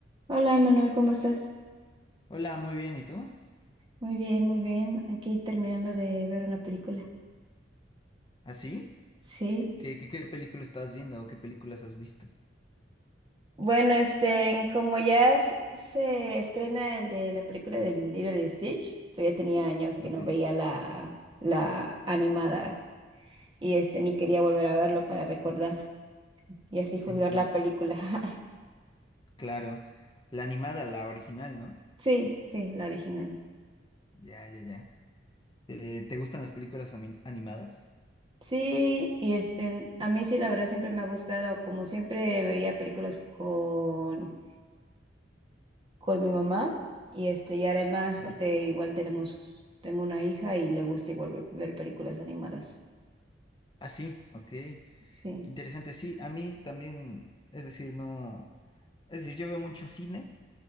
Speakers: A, on the right; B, on the left.
A: Hola, Manuel, ¿cómo estás?
B: Hola, muy bien, ¿y tú?
A: Muy bien, muy bien. Aquí terminando de ver una película.
B: ¿Así?
A: Sí.
B: ¿Qué, qué, qué película estabas viendo o qué películas has visto?
A: Bueno, este, como ya s- se estrena el de la película del Lilo y Stitch, pues ya tenía años que
B: Ok,
A: no veía la, la animada y este ni quería volver a verlo para recordar y así juzgar
B: entiendo.
A: la película. <laughs>
B: Claro, la animada, la original, ¿no?
A: Sí, sí, la original.
B: Ya, ya, ya. Eh, ¿te gustan las películas ami- animadas?
A: Sí, y este, a mí sí, la verdad siempre me ha gustado, como siempre veía películas con con mi mamá y este y además
B: Sí.
A: porque igual tenemos tengo una hija y le gusta igual ver, ver películas animadas.
B: Ah, sí, ok. Qué
A: Sí.
B: interesante. Sí, a mí también, es decir, no. Es decir, yo veo mucho cine.